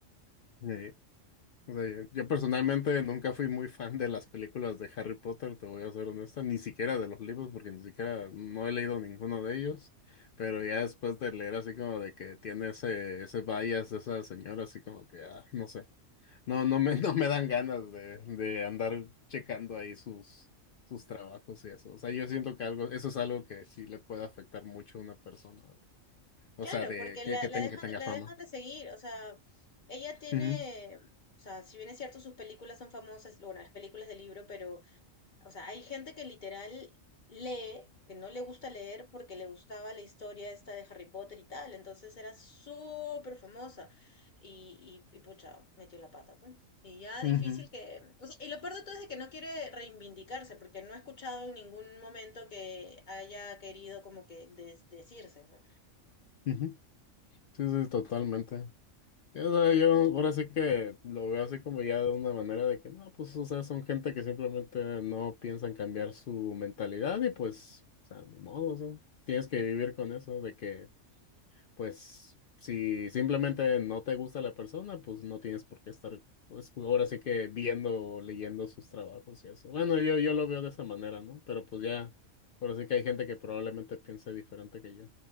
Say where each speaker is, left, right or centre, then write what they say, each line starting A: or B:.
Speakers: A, on the left (about 65°); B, on the left (about 40°).
A: <laughs> O sea, yo yo personalmente nunca fui muy fan de las películas de Harry Potter, te voy a ser honesta, ni siquiera de los libros, porque ni siquiera no he leído ninguno de ellos, pero ya después de leer así como de que tiene ese, ese bias de esa señora, así como que, ah, no sé, no, no me, <laughs> no me dan ganas de, de andar checando ahí sus, sus trabajos y eso. O sea, yo siento que algo, eso es algo que sí le puede afectar mucho a una persona, o
B: Claro,
A: sea, de
B: porque
A: que,
B: la,
A: que,
B: la
A: tenga,
B: dejan,
A: que tenga
B: la
A: fama.
B: dejan de seguir, o sea, ella tiene,
A: Ujú,
B: o sea, si bien es cierto, sus películas son famosas, bueno, las películas del libro, pero, o sea, hay gente que literal lee, que no le gusta leer porque le gustaba la historia esta de Harry Potter y tal, entonces era súper famosa y, y, y pucha, metió la pata, pues. Y ya
A: ujú,
B: difícil que, o sea, y lo peor de todo es de que no quiere reivindicarse, porque no he escuchado en ningún momento que haya querido como que des- decirse, ¿no?
A: ujú. Sí, sí, totalmente. O sea, yo ahora sí que lo veo así como ya de una manera de que no, pues, o sea, son gente que simplemente no piensan cambiar su mentalidad y pues, o sea, ni modo, o sea, tienes que vivir con eso de que, pues, si simplemente no te gusta la persona, pues no tienes por qué estar, pues, ahora sí que viendo, o leyendo sus trabajos y eso. Bueno, yo, yo lo veo de esa manera, ¿no? Pero pues ya, ahora sí que hay gente que probablemente piense diferente que yo.